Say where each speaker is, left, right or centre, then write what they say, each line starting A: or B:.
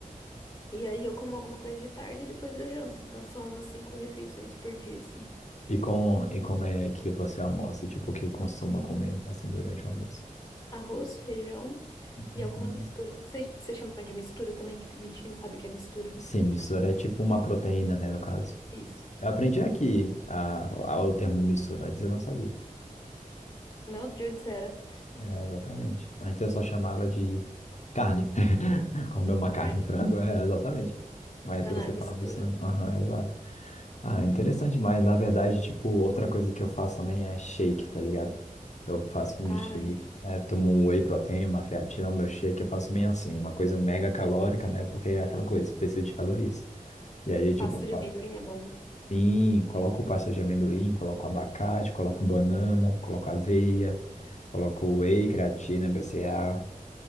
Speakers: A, on the left; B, on the left.
A: E aí eu como alguma coisa de tarde e depois eu janto. Então são umas cinco refeições por dia, assim.
B: E com e como é que você almoça? Tipo, o que costuma comer assim durante o almoço?
A: Arroz, feijão
B: Uhum.
A: e alguma mistura. Você você chama de mistura também, que tem gente que não sabe o que é mistura.
B: Sim, mistura é tipo uma proteína, né, no caso.
A: Isso.
B: Eu aprendi aqui a, a- o termo mistura, antes eu não sabia.
A: Não, de onde você era?
B: É, exatamente. Antes eu só chamava de carne. <laughs> Comer uma carne,
A: Carne.
B: um frango, é, exatamente. Mas
A: Não,
B: você
A: não, é mistura.
B: fala mistura, aham, exato. Ah, interessante, mas na verdade, tipo, outra coisa que eu faço também é shake, tá ligado? Eu faço um
A: Ah,
B: shake,
A: entendi.
B: é, tomo um whey protein, uma creatina, o meu shake eu faço bem assim, uma coisa mega calórica, né? Porque é aquela coisa, preciso de calorias. E aí, tipo,
A: Pasta
B: eu faço
A: de amendoim é bom.
B: sim, coloco pasta de amendoim, coloco abacate, coloco banana, coloco aveia, coloco whey, creatina, BCA,